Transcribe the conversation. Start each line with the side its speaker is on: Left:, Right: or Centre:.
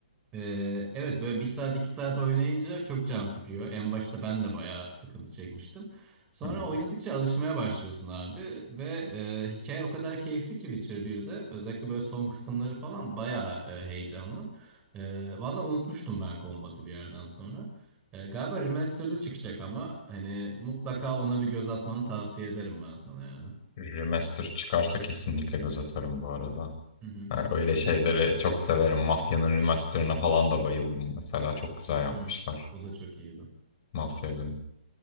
Right: ee, evet böyle bir saat iki saat oynayınca çok can sıkıyor. En başta ben de bayağı sıkıntı çekmiştim. Sonra
Left: Hı hı.
Right: oynadıkça alışmaya başlıyorsun abi ve e, hikaye o kadar keyifli ki Witcher 1'de özellikle böyle son kısımları falan bayağı e, heyecanlı. E, valla unutmuştum ben kombatı bir yerden sonra. E, galiba remastered'ı çıkacak ama hani mutlaka ona bir göz atmanı tavsiye ederim ben sana yani.
Left: Remaster çıkarsa kesinlikle göz atarım bu arada.
Right: Hı hı,
Left: Ha, öyle şeyleri çok severim. Mafya'nın remasterına falan da bayıldım mesela. Çok güzel yapmışlar
Right: hı. O da çok iyiydi.
Left: Mafya 1'in.